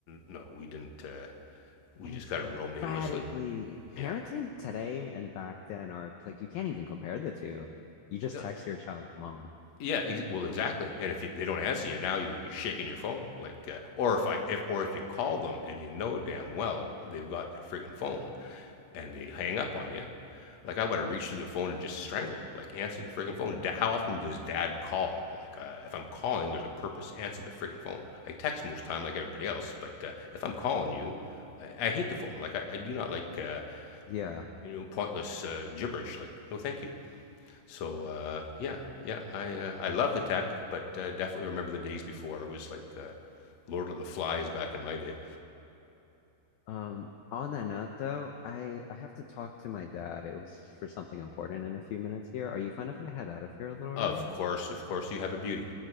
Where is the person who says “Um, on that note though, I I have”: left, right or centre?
Left